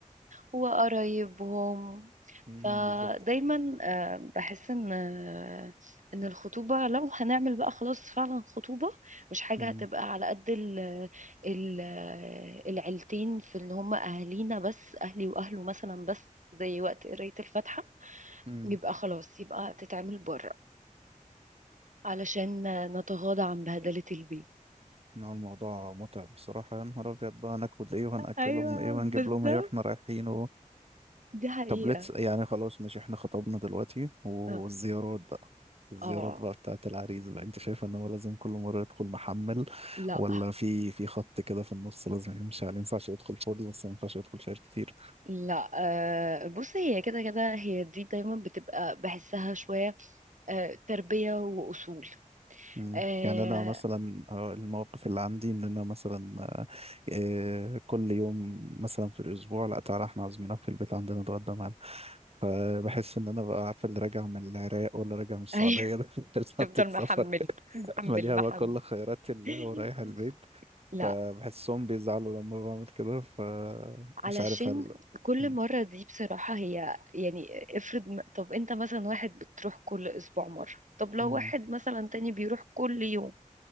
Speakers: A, on the right; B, on the right.
A: وقرايبهم
B: امم
A: فدايما
B: بالظبط
A: آه، بحس ان آه، ان الخطوبة لو هنعمل بقى خلاص فعلا خطوبة مش حاجة
B: امم
A: هتبقى على قد ال... ال... العيلتين في ان هم اهالينا بس اهلي واهله مثلا بس زي وقت قراية الفاتحة
B: امم
A: يبقى خلاص يبقى تتعمل بره علشان نتغاضى عن بهدلة البيت
B: إن هو الموضوع متعب بصراحه يا نهار ابيض بقى هناكل ايه وهناكلهم
A: ايوه
B: ايه وهنجيب
A: بالظبط
B: لهم ايه واحنا رايحين
A: دي حقيقة
B: طب ليتس يعني خلاص ماشي احنا خطبنا دلوقتي والزيارات
A: اه
B: بقى الزيارات
A: آه،
B: بقى بتاعت العريس بقى انت شايف ان هو لازم كل مرة يدخل محمل
A: لا
B: ولا في في خط كده في النص لازم يمشي عليه ما ينفعش يدخل فاضي بس ما ينفعش يدخل شايل كتير
A: لا آه، بصي هي كده كده هي دي دايما بتبقى بحسها شوية آه، تربية وأصول
B: مم.
A: آه،
B: يعني انا مثلا آه، المواقف اللي عندي ان انا مثلا آه، آه، كل يوم مثلا في الاسبوع لا تعالى احنا عازمينك في البيت عندنا نتغدى معانا فبحس ان انا بقى عارف اللي راجع من العراق ولا راجع من السعوديه
A: أيوه
B: ده <laughs> بتاعت
A: تفضل
B: السفر
A: محمل محمل
B: مليها
A: محمل
B: بقى كل خيرات الله
A: <laughs>
B: ورايح البيت
A: لا
B: فبحسهم بيزعلوا لما بعمل كده فمش
A: علشان
B: عارف هل
A: كل
B: مم.
A: مرة دي بصراحة هي يعني افرض م- طب انت مثلا واحد بتروح كل اسبوع مرة طب لو
B: مم.
A: واحد مثلا تاني بيروح كل يوم